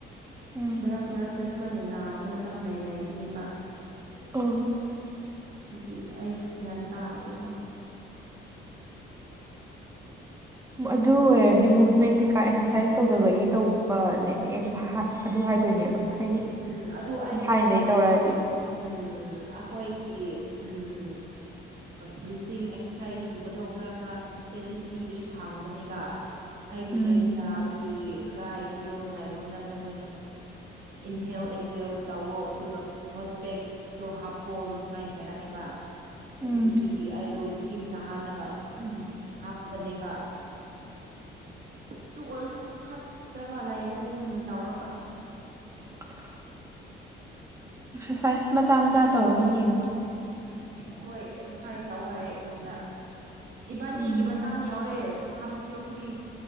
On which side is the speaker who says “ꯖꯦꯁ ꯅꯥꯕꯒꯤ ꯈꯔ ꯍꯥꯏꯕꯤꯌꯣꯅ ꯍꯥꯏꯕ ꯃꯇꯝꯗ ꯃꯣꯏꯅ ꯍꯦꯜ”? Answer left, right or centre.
Right